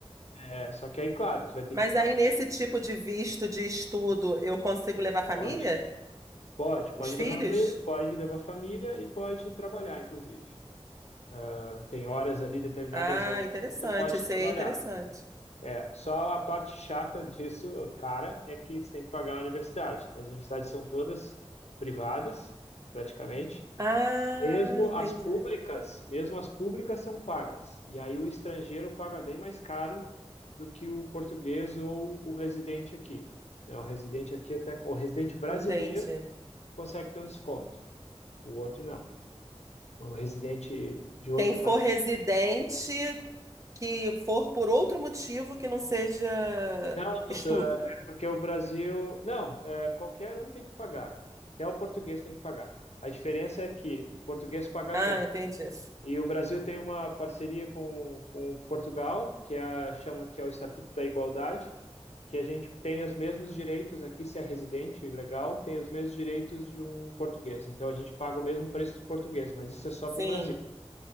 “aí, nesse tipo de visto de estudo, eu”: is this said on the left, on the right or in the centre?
Right